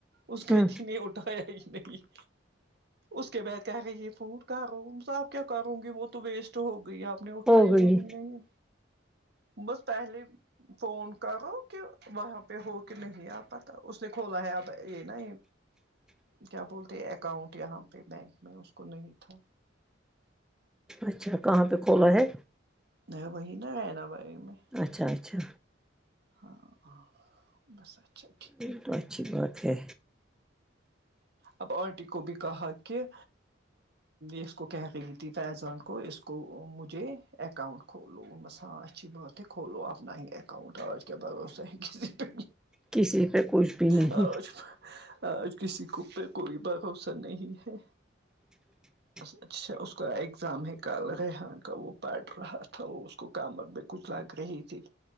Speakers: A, on the right (about 60°); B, in the centre.
A: اس کے
B: ہوں
A: جی اٹھایا ہی نہیں اس کے بعد کیا کہی یہ فون کہ رہو آپ کیا کروں گی وہ تو ویسٹ ہو گئی آپ نے اٹھائی
B: ہو گئی
A: ہے ہی نہیں بس پہلے فون کرو کہ وہاں پہ ہو کے نہیں آ پتا اس نے کھولا ہے اب یہ نا
B: <inaudible>
A: کیا بولتے اکاؤنٹ یہاں پہ بینک میں اس کو نہیں تھا
B: اچھا کہاں پہ کھولا ہے
A: نہیں وہی نا بھائی میں
B: اچھا اچھا
A: ہاں ہاں بس اچھے
B: یہ تو اچھی بات ہے
A: اب انٹی کو بھی کہا کہ اس کو کہہ گئی تھی فیضان کو اس کو مجھے اکاؤنٹ کھولو بس ہاں اچھی بات ہے کھولو اپنا ہی اکاؤنٹ آج کا بھروسہ ہے کسی پہ
B: کسی پہ کچھ بھی نہیں
A: آج آج کس کا اوپر کوئی بھروسہ نہیں ہے
B: <inaudible>
A: بس اچھا اس کا اگزام ہے کل ریحان کا وہ پڑھ رہا تھا وہ اس کو کمر کو ساتھ رہی میں کچھ لگ رہی تھی